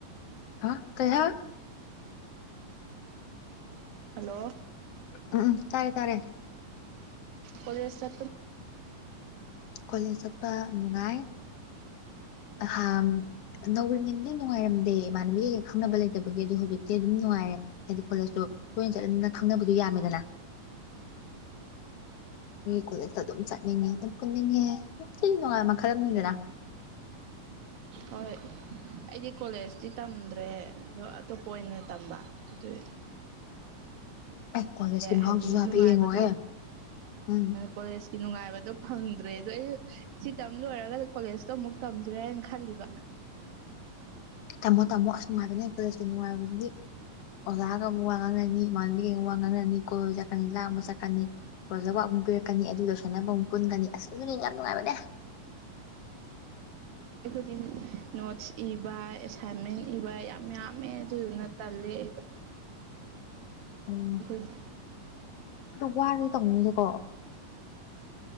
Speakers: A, on the left; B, on the right.
A: ꯍꯥꯥ ꯀꯌꯥ
B: ꯍꯜꯂꯣ
A: ꯎꯝ ꯇꯔꯦ ꯇꯔꯦ
B: ꯀꯂꯦꯁ
A: ꯀꯣꯂꯦꯖ ꯆꯠꯄ ꯅꯨꯡꯉꯥꯏ ꯍꯥ ꯅꯧꯔꯤꯉꯩꯅꯤ ꯅꯪ ꯅꯨꯡꯉꯥꯏꯔꯝꯗꯦ ꯏꯃꯥꯟꯅꯕꯒꯩꯒ ꯈꯪꯅꯕ ꯂꯩꯇꯕꯒꯤ ꯑꯣ ꯍꯧꯖꯤꯛꯇꯤ ꯑꯗꯨꯝ ꯅꯨꯡꯉꯥꯏꯔꯦ ꯍꯥꯏꯗꯤ ꯈꯣꯠꯂꯁꯨ ꯇꯣꯏꯅ ꯆꯠꯂꯅꯤꯅ ꯈꯪꯅꯕꯗꯨꯣ ꯌꯥꯝꯃꯦꯗꯅ
B: <unintelligible>
A: ꯈꯨꯂ ꯑꯗꯨꯝ ꯆꯠꯅꯤꯡꯉꯦ ꯑꯗꯨꯝ ꯄꯨꯟꯅꯤꯡꯉꯦ ꯌꯥꯝ ꯊꯤ ꯅꯨꯡꯉꯥꯏꯕ ꯃꯈꯜ ꯑꯃꯅꯤꯅꯤꯗꯅ
B: ꯍꯣꯏ ꯑꯩꯗꯤ ꯀꯣꯂꯦꯖꯇꯤ ꯇꯝꯗ꯭ꯔꯦ ꯑꯗꯣ ꯑꯇꯣꯞꯄ ꯑꯣꯏꯅ ꯇꯝꯕ ꯑꯗꯨꯗ
A: ꯑꯦ ꯀꯣꯂꯦꯖꯀꯤ ꯃꯍꯥꯎꯁꯤꯁꯨ
B: ꯍꯥꯏꯗꯤ
A: ꯍꯥꯏꯐꯦꯠ
B: ꯅꯨꯡꯉꯥꯏꯕꯗꯣ
A: ꯌꯦꯡꯉꯣꯍꯦ ꯎꯝ
B: ꯀꯣꯂꯦꯖ ꯅꯨꯡꯉꯥꯏꯕꯗꯣ ꯐꯪꯗ꯭ꯔꯦ ꯑꯗꯣ ꯑꯩ ꯁꯤ ꯇꯝ ꯂꯣꯏꯔꯒ ꯀꯣꯂꯦꯖꯇꯣ ꯑꯃꯨꯛ ꯇꯝꯁꯤꯔꯥ ꯍꯥꯏ ꯈꯜꯕ
A: ꯇꯝꯃꯣ ꯇꯝꯃꯣ ꯑꯁꯅꯨꯡꯥꯏꯅꯦ ꯍꯂꯁꯨ ꯅꯨꯡꯉꯥꯏꯕꯗꯤ ꯑꯣꯖꯥꯒ ꯑꯃꯨꯛ ꯋꯥ ꯉꯥꯡꯅꯅꯤ ꯏꯃꯥꯟꯅꯕꯤꯒ ꯑꯃꯨꯛ ꯋꯥ ꯉꯥꯡꯅꯅꯤ ꯀꯣꯏ ꯆꯠꯀꯅꯤ ꯂꯥ ꯑꯃꯛ ꯆꯠꯀꯅꯤ ꯑꯣꯖꯕ ꯑꯃꯨ ꯀꯤꯔꯛꯀꯅꯤ ꯑꯗꯨ ꯌꯣꯏꯁꯟꯅꯕ ꯑꯃꯨꯛ ꯄꯨꯟꯒꯅꯤ ꯑꯁ ꯑꯗꯨꯨꯅꯤ ꯌꯥꯝ ꯅꯨꯡꯉꯥꯏꯕꯅꯦ
B: <unintelligible> ꯑꯩꯈꯣꯏꯗꯤ ꯅꯣꯠꯁ ꯏꯕ ꯍꯦꯃꯦꯟ ꯏꯕ ꯌꯥꯝ ꯌꯥꯝꯃꯦ ꯑꯗꯨꯗꯨꯅ ꯇꯜꯂꯦ ꯑꯩꯗꯣ
A: ꯎꯝ
B: ꯑꯩꯈꯣꯏꯗꯤ
A: ꯑꯗꯨ ꯋꯥꯔꯗꯤ ꯇꯧꯅꯤꯁꯦꯀꯣ